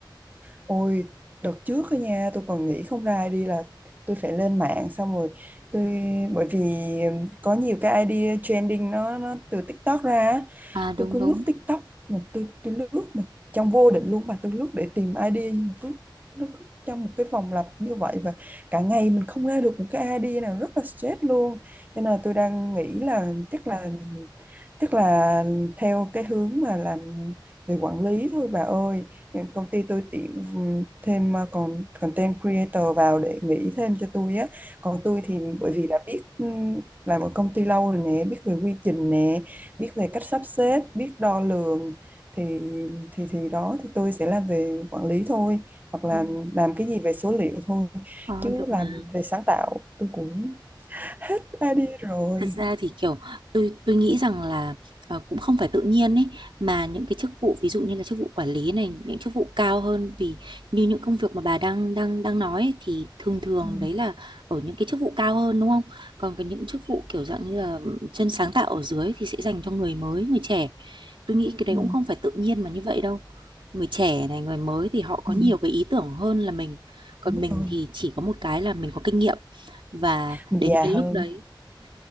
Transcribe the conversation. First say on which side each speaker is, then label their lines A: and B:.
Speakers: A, on the right; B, on the right.
A: ôi đợt trước á nha tôi còn nghĩ không ra idea là tôi phải lên mạng xong rồi tôi bởi vì có nhiều cái idea trending nó nó từ TikTok ra á.
B: À
A: tôi
B: đúng
A: cứ
B: đúng.
A: lướt TikTok mà tôi tôi lướt mà trong vô định luôn và tôi lướt để tìm idea nhưng mà cứ nó cứ trong một cái vòng lặp như vậy và cả ngày mình không ra được một cái idea nào rất là stress luôn cho nên là tôi đang nghĩ là chắc là chắc là theo cái hướng mà làm về quản lý thôi bà ơi Ờ, công ty tôi tuyển thêm uh, còn content creator vào để nghĩ thêm cho tôi á còn tôi thì bởi vì đã biết um, làm ở công ty lâu rồi nè biết về quy trình nè biết về cách sắp xếp biết đo lường thì thì thì đó thì tôi sẽ làm về quản lý thôi hoặc là
B: Ờ.
A: làm cái gì về số liệu thôi
B: Ờ,
A: chứ
B: được
A: làm
B: mà.
A: về sáng tạo tôi cũng đã đi rồi
B: Thật ra thì kiểu tôi tôi nghĩ rằng là ờ, cũng không phải tự nhiên ấy mà những cái chức vụ ví dụ như là chức vụ quản lý này những chức vụ cao hơn vì như những công việc mà bà đang đang đang nói ấy, thì thường thường
A: ừ,
B: đấy là ở những cái chức vụ cao hơn đúng không? Còn cái những chức vụ kiểu dạng như là chân sáng tạo ở dưới thì sẽ dành cho người mới, người trẻ. Tôi nghĩ cái đấy
A: ừ,
B: cũng không phải tự nhiên mà như vậy đâu. Người trẻ này, người mới thì họ có
A: ừ,
B: nhiều cái ý tưởng hơn là mình. Còn
A: đúng
B: mình
A: rồi
B: thì chỉ có một cái là mình có kinh nghiệm và
A: mình
B: đến
A: già
B: cái lúc
A: hơn
B: đấy